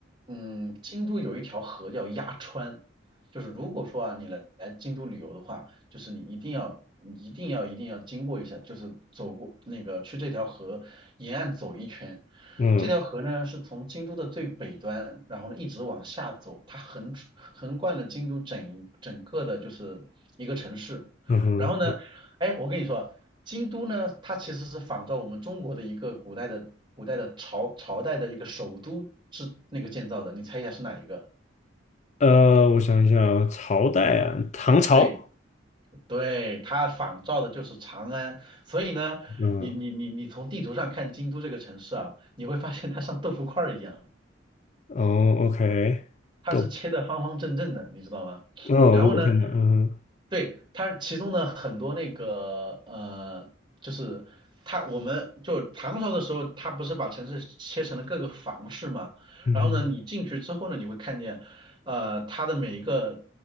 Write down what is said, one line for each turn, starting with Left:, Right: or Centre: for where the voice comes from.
Right: 嗯，京都有一条河叫鸭川，就是如果说啊，你来来京都旅游的话，就是你一定要一定要一定要经过一下，就是走过那个去这条河沿岸走一圈。
Left: 嗯
Right: 这条河呢是从京都的最北端，然后呢一直往下走，它横横贯了京都整整个的就是一个城市。
Left: 嗯哼。
Right: 然后呢，哎，我跟你说，京都呢，它其实是仿照我们中国的一个古代的古代的朝朝代的一个首都是那个建造的，你猜一下是哪一个？
Left: 呃，我想一下啊，朝代啊，唐朝，
Right: 对对，它仿照的就是长安，所以呢，
Left: 嗯，
Right: 你你你你从地图上看京都这个城市啊，你会发现它像豆腐块儿一样。
Left: 哦，OK，
Right: 它是切的方方正正的，
Left: 都，
Right: 你知道吗？
Left: 哦，
Right: 然后呢，
Left: 我有看到，嗯哼
Right: 对，它其中呢很多那个呃，就是它我们就唐朝的时候，它不是把城市切成了各个房市嘛？
Left: 嗯哼，
Right: 然后呢，你进去之后呢，你会看见，呃，它的每一个